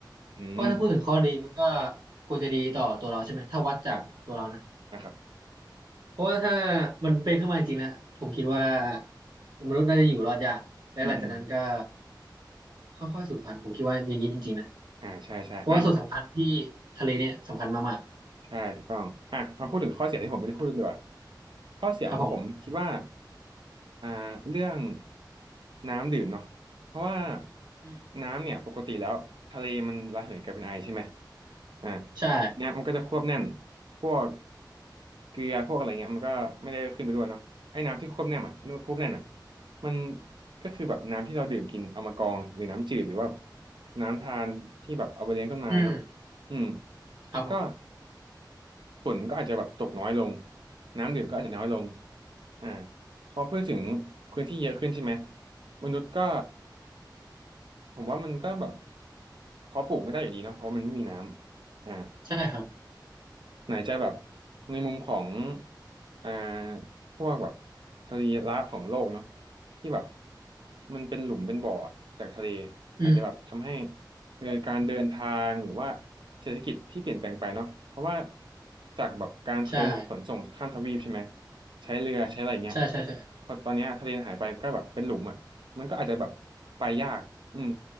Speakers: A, on the right (about 85°); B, on the right (about 65°).
A: อืม
B: เพราะถ้าพูดถึงข้อดีมันก็ควรจะดีต่อตัวเราใช่ไหมถ้าวัดจากตัวเรานะ
A: อ่านะครับ
B: เพราะว่าถ้ามันเป็นขึ้นมาจริงๆนะผมคิดว่ามนุษย์น่าจะอยู่รอดยากและหลังจากนั้นก็
A: อืมอืม
B: ค่อยๆสูญพันธุ์ผมคิดว่าอย่างนี้จริงๆนะ
A: อ่าใช่ใช่อ่ะ
B: เพราะว่าส่วนสำคัญที่ทะเลเนี่ยสำคัญมาก
A: ใช่ถูกต้องอ่ะมาพูดถึงข้อเสียที่ผมไม่ได้พูดดีกว่าข้อเสียของผมคิดว่า
B: ๆครับผม
A: อ่าเรื่องน้ำดื่มเนาะเพราะว่า
B: อืม
A: น้ำเนี่ยปกติแล้วทะเลมันระเหยกลายเป็นไอใช่ไหมอ่า
B: ใช่
A: ทีเนี้ยมันก็จะควบแน่นพวกเกลือพวกอะไรเงี้ยมันก็ไม่ได้ขึ้นไปด้วยเนาะไอ้น้ำที่ควบแน่นอ่ะนควบแน่นอ่ะมันก็คือแบบน้ำที่เราดื่มกินเอามากรองหรือน้ำจืดหรือว่าน้ำทานที่แบบเอาไปเลี้ยงต้นไม้เนาะ
B: อืม
A: อืม
B: ครับผม
A: ก็ฝุ่นก็อาจจะแบบตกน้อยลงน้ำดื่มก็อาจจะน้อยลงอ่าพอพูดถึงพื้นที่เยอะขึ้นใช่ไหมมนุษย์ก็ผมว่ามันก็แบบเพาะปลูกไม่ได้อยู่ดีเนาะเพราะมันไม่มีน้ำอ่า
B: ใช่ครับ
A: ไหนจะแบบในมุมของอ่าพวกแบบสรีระของโลกเนาะที่แบบมันเป็นหลุมเป็นบ่ออะจากทะเล
B: อืม
A: อาจจะแบบทำให้เอ่อการเดินทางหรือว่าเศรษฐกิจที่เปลี่ยนแปลงไปเนาะเพราะว่าจากแบบการเคยขนส่งข้ามทวีปใช่ไหม
B: ใช่
A: ใช้เรือใช้อะไรเงี้ย
B: ใช่ใช่ใช่
A: พอตอนเนี้ยทะเลหายไปก็แบบเป็นหลุมอ่ะมันก็อาจจะแบบไปยากอืม